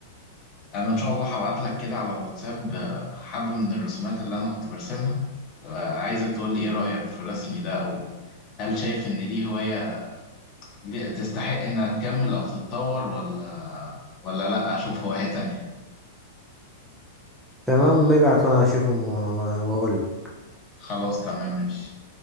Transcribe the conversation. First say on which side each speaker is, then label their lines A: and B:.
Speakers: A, on the left; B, in the centre.
A: انا ان شاء الله هبعت لك كده على الواتساب آه، حبة من الرسومات اللي انا كنت برسمها آه، عايزك تقول لي ايه رأيك في رسمي ده او هل شايف ان دي هواية ليه- تستحق انها تكمل او تتطور ولا ولا لا اشوف هواية تانية
B: تمام maybe وانا اشوفهم و- و- واقول لك.
A: خلاص تمام ماشي